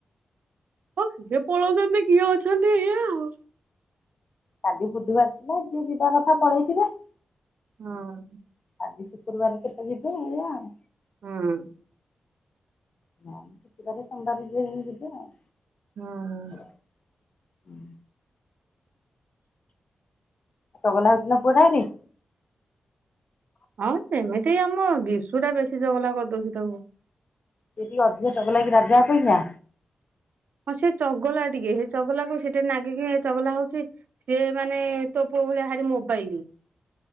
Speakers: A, on the right; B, on the left.
A: ହଁ କିଏ ପଳଉଛନ୍ତି, କିଏ ଅଛନ୍ତି ଏଇଆ ଆଉ।
B: କାଲି ବୁଧବାର ଥିଲା ଯିଏ ଯିବା କଥା ପଳେଇଥିବେ।
A: ହଁ।
B: କାଲି ଶୁକ୍ରବାର କେତେ ଯିବେ ଏଇଆ ଆଉ।
A: ହୁଁ।
B: ନା ଛୁଟିବାରେ ସୋମବାରେ ଯିଏ ଯେମିତି ଯିବେ ଆଉ।
A: ହଁ।
B: ହୁଁ। ଚଗଲା ହଉଚି ନା ପୁଅ ଟା ହେଠି?
A: ହଁ ସେମିତି ଆମ ବିଶୁ ଟା ବେଶୀ ଚଗଲା କରିଦଉଚି ତାକୁ।
B: ସେ ଟିକେ ଅଧିକ ଚଗଲା କି ରାଜା ଅପେକ୍ଷା?
A: ହଁ ସେ ଚଗଲା ଟିକେ। ସେ ଚଗଲା କୁ ସିଏ ଟିକେ ନାଗି ଦେଲେ ଇଏ ଚଗଲା ହଉଛି। ସିଏ ମାନେ ତୋ ପୁଅ ଭଳିଆ ଭାରି ମୋବାଇଲ।